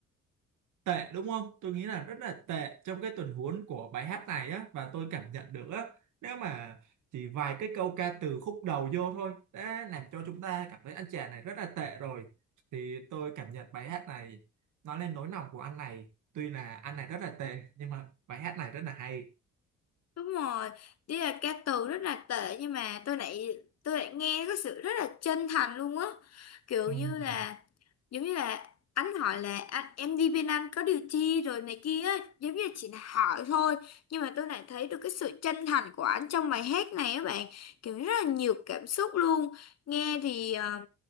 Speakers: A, on the right (about 75°); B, on the left (about 55°).
A: tệ đúng không? Tôi nghĩ là rất là tệ trong cái tuần huống của bài hát này á và tôi cảm nhận được á nếu mà chỉ vài cái câu ca từ khúc đầu vô thôi đã làm cho chúng ta cảm thấy anh chàng này rất là tệ rồi thì tôi cảm nhận bài hát này nói lên nỗi lòng của anh này tuy là anh này rất là tệ nhưng mà bài hát này rất là hay
B: Đúng rồi, đi là ca từ rất là tệ nhưng mà tôi lại tôi lại nghe có sự rất là chân thành luôn á. Kiểu
A: Ừm,
B: như là giống như là anh hỏi là anh em đi bên anh có điều chi rồi này kia ấy. giống như chỉ là hỏi thôi nhưng mà tôi lại thấy được cái sự chân thành của anh trong bài hát này á bạn kiểu rất là nhiều cảm xúc luôn nghe thì ờ,